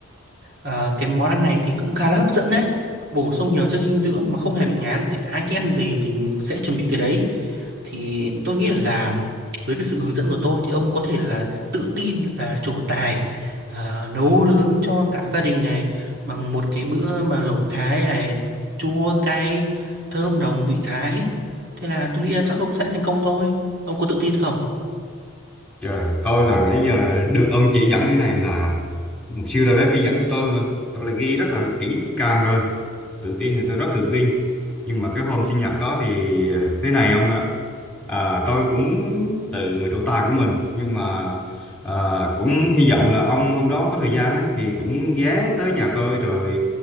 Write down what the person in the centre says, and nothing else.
Trời, tôi là nãy giờ được ông chỉ dẫn thế này là một siêu đầu bếp chỉ dẫn cho tôi mà. Tôi là ghi rất là kỹ càng rồi. Tự tin thì tôi rất tự tin. Nhưng mà cái hôm sinh nhật đó thì ờ, thế này ông ạ. À, tôi cũng muốn tự mà trổ tài của mình. Nhưng mà ờ, cũng hy vọng là ông hôm đó có thời gian ấy, thì cũng ghé tới nhà tôi rồi